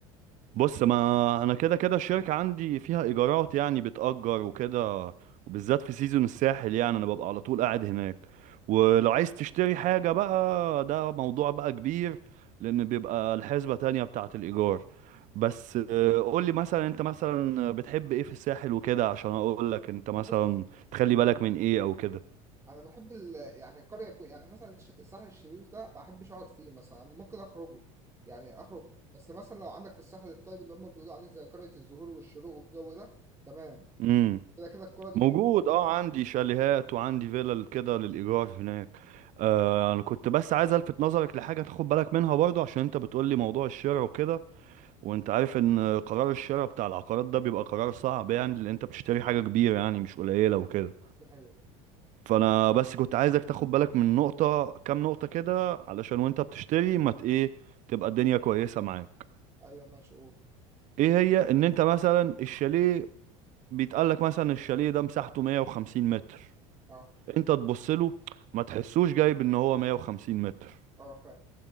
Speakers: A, on the right; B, on the right.
A: بص ما انا كده كده الشركة عندي فيها ايجارات يعني بتأجر وكده وبالذات في سيزون الساحل يعني انا ببقى على طول قاعد هناك ولو عايز تشتري حاجة بقى ده موضوع بقى كبير لان بيبقى الحسبة تانية بتاعة الايجار بس آه، قول لي مثلا انت مثلا بتحب ايه في الساحل وكده عشان اقول لك انت مثلا
B: بص
A: تخلي بالك من ايه او كده
B: انا بحب ال... يعني القريه كو- يعني مثلا الش- الساحل الشرير ده ما بحبش اقعد فيه مثلا ممكن اخرجه يعني اخرج بس مثلا لو عندك في الساحل الطيب اللي هم بيقولوا عليه زي قريه الزهور والشروق والجو ده تمام
A: امم
B: كده كده الكره دي
A: موجود
B: بتكون كلها
A: اه عندي شاليهات وعندي فيلل كده للإيجار هناك آه انا كنت بس عايز الفت نظرك لحاجة تاخد بالك منها برضو عشان انت بتقول لي موضوع الشراء وكده وانت عارف ان قرار الشراء بتاع العقارات ده بيبقى قرار صعب يعني لان انت بتشتري حاجة كبيرة يعني مش قليلة وكده
B: دي حقيقه
A: فانا بس كنت عايزك تاخد بالك من نقطة كام نقطة كده علشان وانت بتشتري ما ت- ايه تبقى الدنيا كويسة معاك
B: ايوه ماشي قول
A: ايه هي ان انت مثلا الشاليه بيتقال لك مثلا الشاليه ده مساحته 150 متر
B: اه
A: انت تبص له ما تحسوش جايب ان هو 150 متر
B: اه فاهم